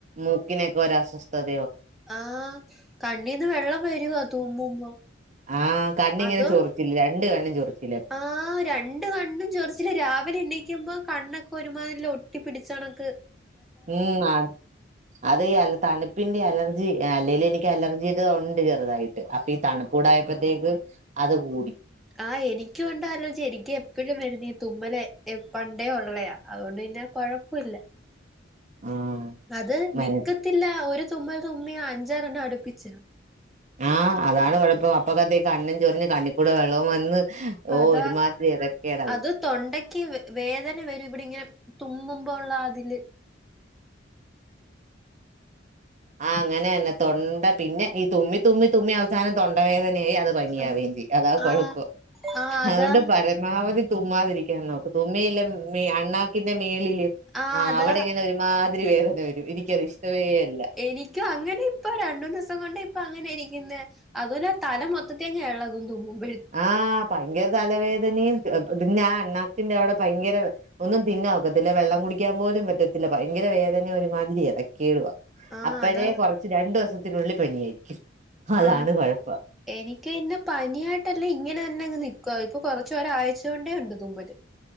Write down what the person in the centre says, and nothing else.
ആഹ് കണ്ണിന്ന് വെള്ളം വരുവാ തുമ്മുമ്പോ
അതോ
ആഹ് രണ്ട് കണ്ണും ചൊറിച്ചില് രാവിലെ ണീക്കുമ്പോ കണ്ണൊക്കെ ഒരുമാതിലെ ഒട്ടിപിടിച്ചണക്ക്
ആഹ് എനിക്കൂണ്ട് അലർജി എനിക്ക് എപ്പഴും വരുന്നീ ഈ തുമ്മല് ഏഹ് പ ണ്ടേ ഒള്ളയാ അത്കൊണ്ട് പിന്നെ കൊഴ്പ്പൊല്ല
അത്
നിക്കത്തില്ല ഒരു തുമ്മൽ തുമ്മിയാ അഞ്ചാറണ്ണം അടുപ്പിച്ച്
അതാ
അത്‌ തൊണ്ടക്ക് വേദന വരും ഇവിടിങ്ങനെ തുമ്മുമ്പോള്ള ആതില്
ആഹ്
ആഹ് അതാ
ആഹ്
അതാ
എനിക്ക് അങ്ങനെ ഇപ്പൊ രണ്ടൂന്ന് ദിവസം കൊണ്ട് ഇപ്പ അങ്ങനെ ഇരിക്കുന്നേ അതുല്ലാ തല മൊത്തത്തി അങ്ങെ എളകും തുമ്മുമ്പോ
ആഹ്
അതാ
ആ
എനിക്ക് പിന്നെ പനിയായി ട്ടല്ലേ ഇങ്ങനെ തന്നെ അങ്ങ് നിക്ക ഇപ്പൊ കൊറച്ചരാഴ്ച്ച കൊണ്ടേ ഉണ്ട് തുമ്മല്.